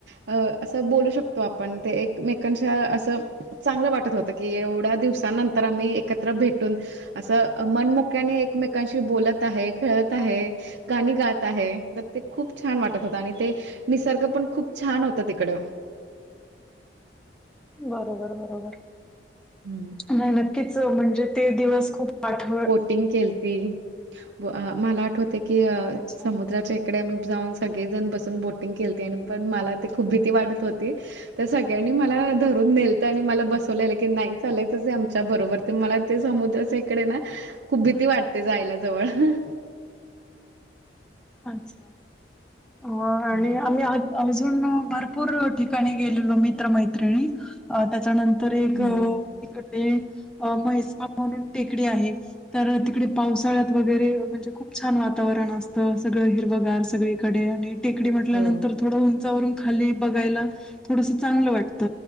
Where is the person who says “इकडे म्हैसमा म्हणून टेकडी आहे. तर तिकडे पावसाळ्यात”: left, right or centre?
Centre